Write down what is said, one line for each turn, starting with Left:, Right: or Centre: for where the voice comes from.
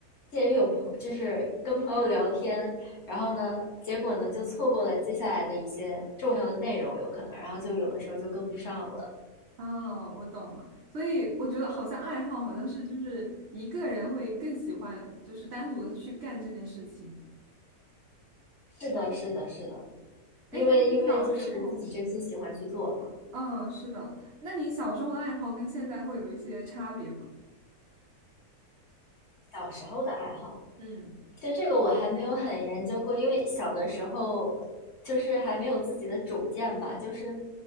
Left: 介于有朋就是跟朋友聊天，然后呢，结果呢就错过了接下来的一些重要的内容，有可能，然后就有的时候就跟不上了。
Right: 哦，我懂了。所以我觉得好像爱好好像是就是一个人会更喜欢，就是单独的去干这件事情。
Left: 是的，是的，是的，因为因为就是自己真心喜欢去做嘛，
Right: 哎，那你小时候，嗯，是的，那你小时候的爱好跟现在会有一些差别吗？
Left: 小时候的爱好。
Right: 嗯
Left: 其实这个我还没有很研究过，因为小的时候就是还没有自己的主见吧，就是